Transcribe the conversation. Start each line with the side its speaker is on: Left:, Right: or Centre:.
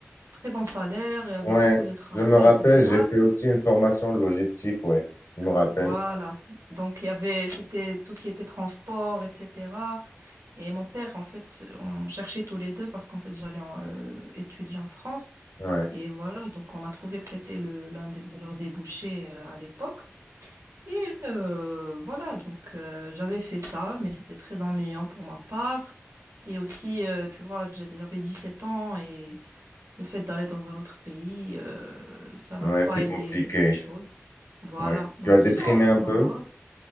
Right: très bons salaires et avec
Left: Ouais,
Right: beaucoup de travail,
Left: je me rappelle,
Right: etc.
Left: j'ai fait aussi une formation de logistique, ouais, je me rappelle.
Right: Voilà. Donc, il y avait, c'était tout ce qui était transport, etc. Et mon père, en fait, on cherchait tous les deux parce qu'en fait, j'allais en, euh, étudier en France.
Left: Ouais,
Right: Et voilà. Donc, on a trouvé que c'était le, l'un des meilleurs débouchés, euh, à l'époque. Et euh, voilà. Donc, euh, j'avais fait ça, mais c'était très ennuyant pour ma part. Et aussi, euh, tu vois, j'ai- j'avais 17 ans et le fait d'aller dans un autre pays, euh, ça n'a
Left: ouais,
Right: pas
Left: c'est
Right: aidé
Left: compliqué.
Right: les choses. Voilà.
Left: Ouais.
Right: Donc,
Left: Tu as déprimé
Right: je suis rentrée
Left: un
Right: au
Left: peu?
Right: Maroc.